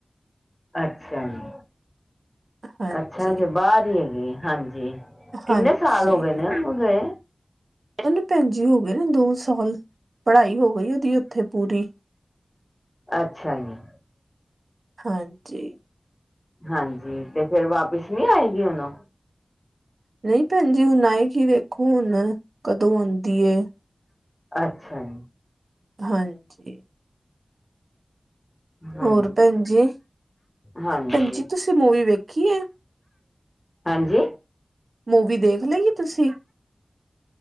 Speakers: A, on the left; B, on the right.
A: ਅੱਛਾ ਜੀ।
B: ਹਾਂਜੀ
A: ਅੱਛਾ ਜੀ ਬਾਹਰ ਹੀ ਹੈਗੀ, ਹਾਂਜੀ ਕਿੰਨੇ
B: ਹਾਂਜੀ
A: ਸਾਲ ਹੋ ਗਏ ਨੇ ਉਹਨੂੰ ਗਏ।
B: ਉਹਨੂੰ ਭੈਜੀ ਹੋ ਗਏ ਨੇ ਦੋ ਸਾਲ ਪੜ੍ਹਾਈ ਹੋ ਗਈ ਉਹਦੀ ਉੱਥੇ ਪੂਰੀ।
A: ਅੱਛਾ ਜੀ।
B: ਹਾਂਜੀ।
A: ਹਾਂਜੀ ਤੇ ਫੇਰ ਵਾਪਿਸ ਨੀ ਆਏਗੀ ਹੁਣ ਉਹ।
B: ਨਹੀਂ ਭੈਣ ਜੀ ਹੁਣ ਆਏ ਕੀ ਵੇਖੋ ਹੁਣ ਕਦੋਂ ਆਦੀ ਏ।
A: ਅੱਛਾ ਜੀ।
B: ਹਾਂਜੀ।
A: ਹਾਂਜੀ
B: ਹੋਰ ਭੈਣ ਜੀ।
A: ਹਾਂਜੀ
B: ਭੈਣ ਜੀ ਤੁਸੀਂ ਮੂਵੀ ਵੇਖੀ ਏ।
A: ਹਾਂਜੀ।
B: ਮੂਵੀ ਦੇਖ ਲਈ ਤੁਸੀਂ?